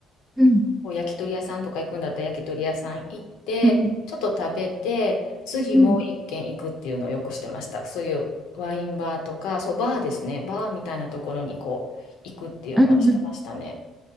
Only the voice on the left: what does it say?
こう焼き鳥屋さんとか行くんだったら焼き鳥屋さん行って、
ちょっと食べて、次もう一軒行くっていうのをよくしてました。
そういうワインバーとか、そう、バーですね。バーみたいなところにこう、行くっていうのはしてましたね。